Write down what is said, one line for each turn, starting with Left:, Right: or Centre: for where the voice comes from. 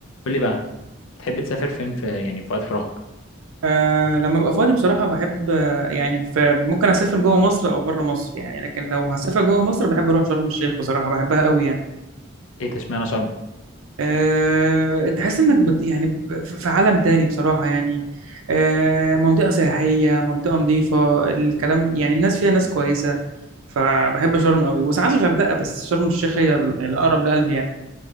Left: قول لي بقى تحب تسافر فين في يعني في وقت فراغك
Right: أه لما ابقى فاضي بصراحة بحب آه، يعني ف- ممكن اسافر جوه مصر او بره مصر يعني لكن لو هسافر جوه مصر بحب اروح شرم الشيخ بصراحة بحبها قوي يعني
Left: ايه ده اشمعنى شرم
Right: أه تحس انك بت يعني ب- في عالم تاني بصراحة يعني أه منطقة سياحية منطقة نظيفة الكلام يعني الناس فيها ناس كويسة فبحب شرم قوي وساعات الغردقة بس شرم الشيخ هي ال- الأقرب لقلبي يعني